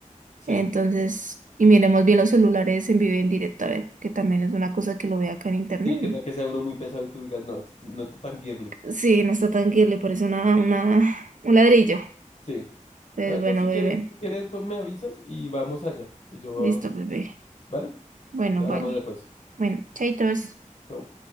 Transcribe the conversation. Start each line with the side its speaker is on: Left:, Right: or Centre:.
Left: Sí.
Right: Entonces, y miremos bien los celulares en vivo y en directo, a ver, que también es una cosa que lo ve acá en internet.
Left: Sí, que
Right: y-
Left: tal que sea uno muy pesado y tú digas, no, es- no está tan girly.
Right: Sí, no está tan que le parece una, una, un ladrillo.
Left: Sí.
Right: Entonces,
Left: Entonces,
Right: bueno,
Left: no, si
Right: bebé.
Left: quieres, si quieres, cu- me avisas y vamos allá. Y yo,
Right: Listo, bebé.
Left: ¿vale?
Right: Bueno,
Left: Te hablamos
Right: vale.
Left: después.
Right: Bueno, chaitos.
Left: Chau.